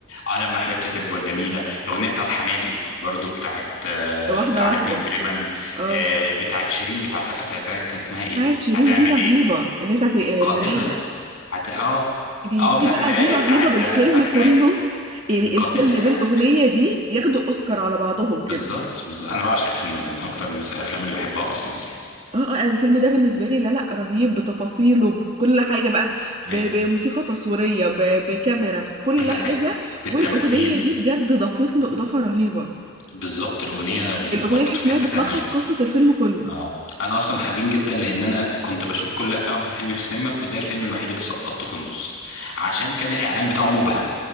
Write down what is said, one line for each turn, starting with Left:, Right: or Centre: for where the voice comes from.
Left: على ما حبيبتي تكبر جميلة الأغنية بتاعت حماقي برضو بتاعت آه،
Right: واحدة
Left: جعلتني
Right: واحدة
Left: مجرما
Right: اه
Left: آه، بتاعت شيرين بتاعت آسف على الإزعاج كان اسمها إيه
Right: بتاعت شيرين
Left: هتعمل
Right: دي رهيبة
Left: إيه
Right: اللي بتاعت المراية
Left: دي قاتلة هت... آه
Right: دي
Left: آه
Right: دي
Left: بتاعت
Right: بقى
Left: المراية
Right: دي رهيبة
Left: بتاعت
Right: بالفيلم
Left: آسف على الإزعاج
Right: كله يعني
Left: دي قاتلة
Right: الفيلم
Left: يعني
Right: بالأغنية دي ياخدوا أوسكار على بعضهم كده
Left: بالظبط بالظبط أنا بعشق الفيلم ده من أكتر المس- الأفلام اللي بحبها أصلا يعني
Right: اه اه انا الفيلم ده بالنسبة لي لا لا رهيب بتفاصيله بكل حاجة بقى ب-
Left: أيوة
Right: بموسيقى تصويرية ب- بكاميرا بكل
Left: كل
Right: حاجة
Left: حاجة بالتمثيل
Right: والأغنية دي بجد ضافت
Left: م.
Right: له إضافة رهيبة
Left: بالظبط الأغنية م-
Right: الاغنيه
Left: ودته
Right: تحس
Left: في
Right: ان
Left: حتة
Right: هي بتلخص
Left: تانية
Right: قصه الفيلم كله
Left: اه انا اصلا حزين جدا لان انا كنت بشوف كل افلام احمد حلمي في السينما وده الفيلم الوحيد اللي سقطته في النص عشان كان الاعلان بتاعه مبهم